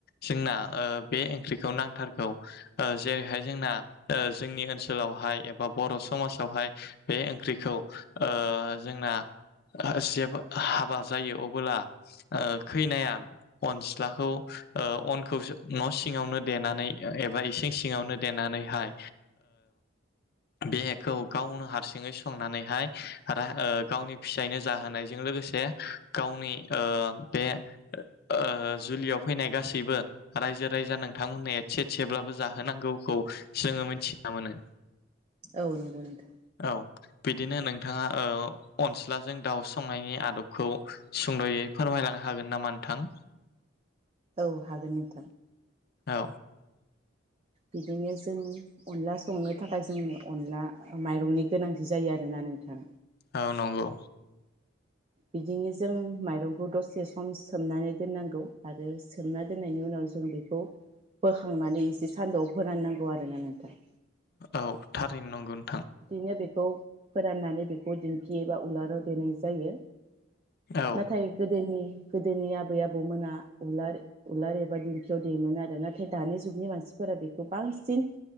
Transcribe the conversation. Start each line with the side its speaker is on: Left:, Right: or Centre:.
Left: जोंना ओ बे ओंख्रिखौ नांथारगौ ओ जेरैहाय जोंना ओ जोंनि ओनसोलावहाय एबा बर' समाजावहाय बे ओंख्रिखौ ओ जोंना जेबो हाबा जायो अबोला खैनाया अनस्लाखौ अनखौ न' सिङावनो देनानै एबा इसिं सिङावनो देनानैहाय बेखौ गावनो हारसिङै संनानै हाय गावनि फिसायनो जाहोनायजों लोगोसे गावनि ओ बे ओ जुलियाव फैनाय गासैबो रायजो राइजा नोंथांमोननो एसे एसेब्लाबो जाहोनांगौखौ जोङो मिथिना मोनो
Right: औ नंगौ नोंथां
Left: औ बिदिनो नोंथाङा ओ अनस्लाजों दाउ संनायनि आदबखौ सुंद'यै फोरमायलांनो हागोन नामा नोंथां
Right: औ हागोन नोंथां
Left: औ
Right: बिदिनो जों अनला संनो थाखाय जों अनला माइरंनि गोनांथि जायो आरोना नोंथां
Left: औ नंगौ
Right: बिदिनो जों माइरंखौ दसे सम सोमनानै दोननांगौ आरो सोमना दोननायनि उनाव जों बेखौ बोखांनानै एसे सान्दुंआव फोराननांगौ आरोना नोंथां
Left: औ थारैनो नंगोन
Right: बिदिनो बेखौ फोराननानै बेखौ दिंखियाव एबा उलाराव देनाय जायो।
Left: औ
Right: नाथाय गोदोनि गोदोनि आबै आबौमोना उलार उलार एबा दिंखियाव देयोमोन आरो। नाथाय दानि जुगनि मानसिफोरा बेखौ बांसिन